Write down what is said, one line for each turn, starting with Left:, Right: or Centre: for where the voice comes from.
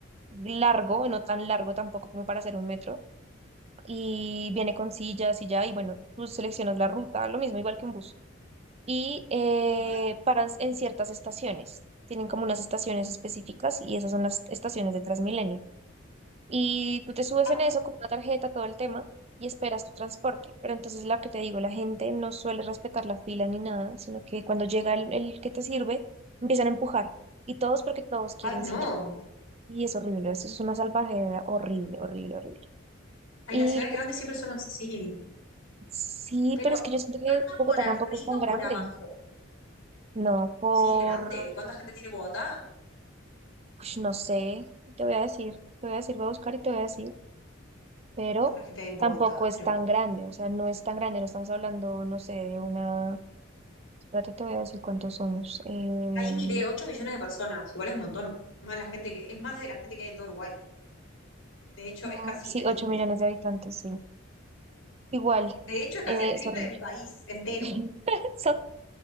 Right: largo, no tan largo tampoco como para hacer un metro, y viene con sillas y ya, y bueno, tú seleccionas la ruta, lo mismo, igual que un bus. Y eh,
Left: Ah,
Right: paran en ciertas estaciones. Tienen como unas estaciones específicas y esas son las estaciones de Transmilenio. Y tú te subes
Left: ah.
Right: en eso con una tarjeta, todo el tema, y esperas tu transporte. Pero entonces lo que te digo, la gente no suele respetar la fila ni nada, sino que cuando llega el, el que te sirve, empiezan a empujar. Y todos porque todos quieren
Left: Ay, no.
Right: silla. Y es horrible, eso es una salvajera horrible, horrible, horrible.
Left: Ay,
Right: Y
Left: las ciudades
Right: pues,
Left: grandes siempre son así.
Right: sí,
Left: Pero,
Right: pero es que yo siento que
Left: ¿anda
Right: Bogotá
Left: por arriba
Right: tampoco es tan grande.
Left: o por abajo?
Right: No, por,
Left: Sí, es grande. ¿Cuánta gente tiene Bogotá?
Right: ush, no sé, te voy a decir, te voy a decir, voy a buscar y te voy a decir. pero
Left: ¿Cuánta gente hay en
Right: tampoco
Left: Bogotá?
Right: es
Left: Pero
Right: tan grande, o sea, no es tan grande, no estamos hablando, no sé, de una, espérate, te voy a decir cuántos somos, Em,
Left: ahí miré ocho millones de personas. Igual es un montón. Más la gente que, es más de la gente que hay en todo Uruguay. De hecho,
Right: mm,
Left: es casi
Right: sí,
Left: el triple.
Right: 8 millones de habitantes, sí, igual,
Left: De hecho, es
Right: eh,
Left: casi el triple
Right: es horrible,
Left: de mi país entero.
Right: <laughs> Son-